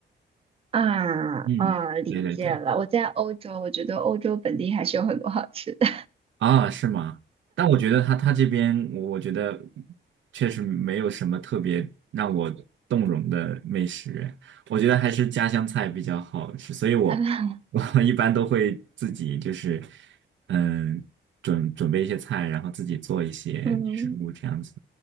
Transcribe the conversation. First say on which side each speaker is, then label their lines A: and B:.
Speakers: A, on the right; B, on the right.
A: 啊啊，
B: 嗯，
A: 理解了。
B: 对对对，
A: 我在欧洲，我觉得欧洲本地还是有很多好吃的。
B: 啊，是吗？但我觉得他他这边，我我觉得确实没有什么特别让我动容的美食，我觉得还是家乡菜比较好吃，所以我
A: <laughs>
B: 我 <laughs> 一般都会自己就是嗯准准备一些菜，然后自己做一些食物这样子。
A: 嗯